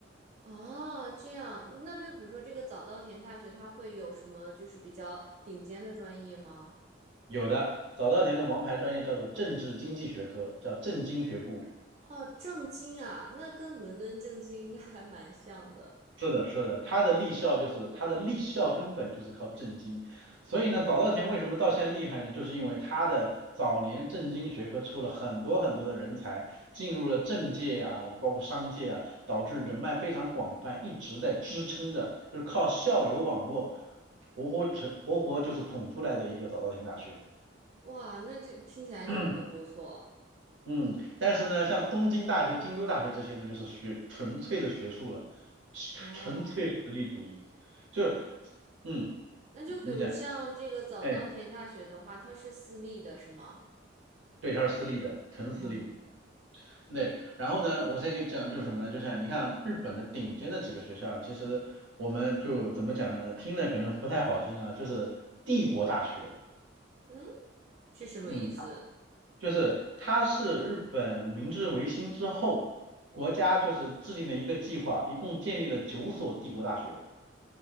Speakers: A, on the right (about 35°); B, on the right (about 85°).
A: 哦，这样，那就比如说这个早稻田大学，它会有什么就是比较顶尖的专业吗？
B: 有的早稻田的王牌专业叫做政治经济学科，叫政经学部。
A: 哦，政经啊，那跟伦敦政经应该还蛮像的。
B: 是的，是的，他的立校就是他的立校根本就是靠政经，所以呢，早稻田为什么到现在厉害呢？就是因为他的早年政经学科出了很多很多的人才，进入了政界啊，包括商界啊，导致人脉非常广泛，一直在支撑着，就是靠校友网络活活成活活就是捧出来的一个早稻田大学。
A: 哇，那这听起来真的很不错。
B: <clears throat> 嗯，但是呢，像东京大学、京都大学这些呢，就是学纯粹的学术了，纯纯粹实力主义。
A: 哦，
B: 就，嗯，
A: 那就比如像这个早稻田大学的话，
B: 你讲，哎，
A: 它是私立的，是吗？
B: 对，它是私立的，纯私立。
A: 哦，
B: 对，然后呢，我先跟你讲就是什么呢？就像你看日本的顶尖的几个学校啊，其实我们就怎么讲呢？听的可能不太好听啊，就是帝国大学，
A: 嗯，是什么意思？
B: 嗯，就是它是日本明治维新之后，国家就是制定了一个计划，一共建立了九所帝国大学。